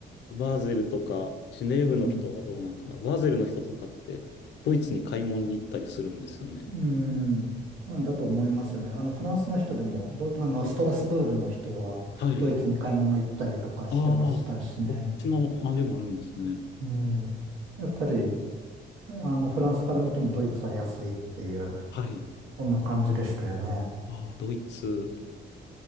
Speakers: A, on the left; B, on the right.
A: バーゼルとか、ジュネーブの人はどうなんかな。
B: うん。
A: バーゼルの人とかって、ドイツに買い物に行ったりするんですよね。
B: うん、うんだと思いますよね。あの、フランスの人でも、ど、あの、ストラスブールの人は、
A: はい。
B: ドイツに買い物行ったりとかしてましたしね。
A: ああ、そっちのあれもあるんですね。
B: うん。やっぱり、あの、フランスから見てもドイツは安いっていう、
A: はい。
B: そんな感じでしたよね。
A: ああ、ドイツ。